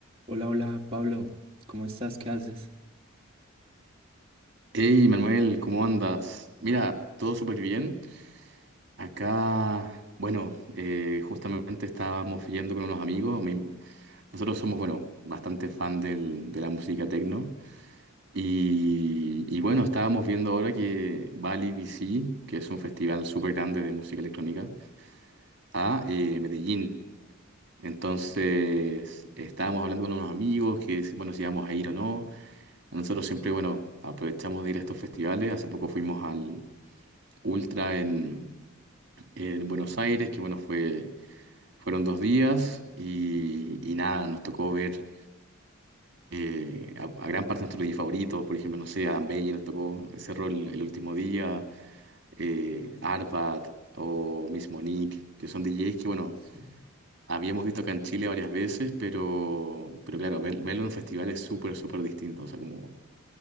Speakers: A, on the right; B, on the right.
A: Hola, hola, Pablo, ¿cómo estás? ¿Qué haces?
B: Hey Manuel, ¿cómo andas? Mira, todo súper bien. Acá, bueno, eh, justamente estábamos viendo con unos amigos. me- nosotros somos, bueno, bastante fan del- de la música techno. Y, y bueno, estábamos viendo ahora que va al EDC, que es un festival súper grande de música electrónica, a eh, Medellín. Entonces, estábamos hablando con unos amigos que, si- bueno, si íbamos a ir o no. Nosotros siempre, bueno, aprovechamos de ir a estos festivales. Hace poco fuimos al ultra en, en Buenos Aires, que bueno, fue, fueron dos días y, y nada, nos tocó ver eh, a, a gran parte de nuestros DJs favoritos, por ejemplo, no sé, Adam Beyer tocó, cerró el, el último día, eh, Arvad o Miss Monique, que son DJs que bueno,
A: Sí.
B: habíamos visto acá en Chile varias veces, pero, pero claro, ver- verlo en un festival es súper, súper distinto, o sea, como...